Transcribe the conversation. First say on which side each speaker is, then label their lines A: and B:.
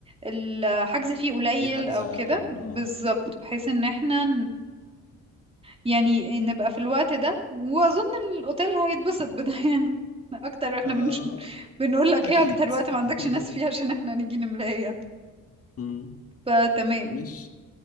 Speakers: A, on the right; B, on the left.
A: الحجز فيه قليل
B: في حجز
A: او
B: أقل
A: كده بالظبط
B: أه
A: بحيث ان احنا يعني نبقى في الوقت ده واظن الاوتيل هيتبسط بده <laughs> يعني اكتر احنا
B: آه،
A: بنش... بنقول لك
B: أكيد
A: ايه اكتر وقت ما
B: <laughs>
A: عندكش ناس فيه عشان احنا نيجي نملاها يعني
B: مم،
A: فتمام
B: مش